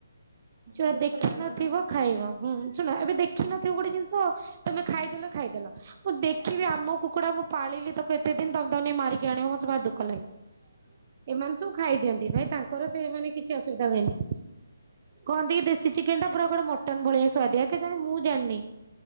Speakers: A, on the right; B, on the right.
A: ମତେ
B: ଯୋଉଟା
A: ଦୁଃଖ
B: ଦେଖିନଥିବ
A: ଲାଗିବ ନା।
B: ଖାଇବ ହୁଁ ଶୁଣ ଏବେ ଦେଖିନଥିବ ଗୋଟେ ଜିନିଷ ତମେ ଖାଇଦେଲ ଖାଇଦେଲ। ମୁଁ ଦେଖିବି ଆମ କୁକୁଡା ମୁଁ ପାଳିଲି ତାକୁ ଏତେ ଦିନ ତଦ ମାରିକି ଆଣିବ ମତେ ଭାରି ଦୁଃଖ ଲାଗେ। ଏମାନେ ସବୁ ଖାଇ ଦିଅନ୍ତି ଭାଇ ତାଙ୍କର ସେଇମାନେ କିଛି ଅସୁବିଧା ହୁଏନି। କହନ୍ତି କି ଦେଶୀ ଚିକେନ ଟା ପୁରା କୁଆଡେ ମଟନ୍ ଭଳିଆ ସୁଆଦିଆ କେଜାଣି ମୁଁ ଜାଣିନି।